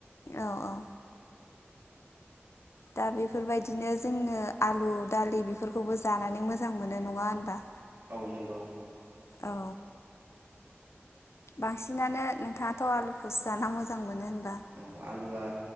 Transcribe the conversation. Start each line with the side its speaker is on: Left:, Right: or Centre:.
Left: औ औ। दा बेफोर बायदिनो जोङो आलु दालि बेफोरखौबो जानानै मोजां मोनो नङा होनबा?
Right: औ नंगौ।
Left: औ। बांसिनानो नोंथाङाथ' आलुखौसो जानानै मोजां मोनो होनबाय।
Right: औ आलुआ